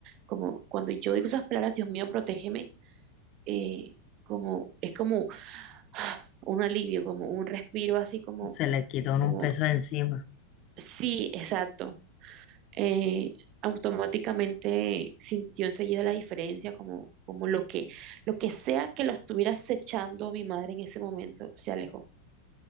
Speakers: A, on the right; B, on the left.
A: como cuando yo digo esas palabras, Dios mío, protégeme, eh, como, es como ah, un alivio, como un respiro, así como,
B: Se le quitó
A: como,
B: un peso de encima.
A: sí, exacto. Eh, automáticamente sintió enseguida la diferencia, como, como lo que, lo que sea que lo estuviera acechando a mi madre en ese momento, se alejó.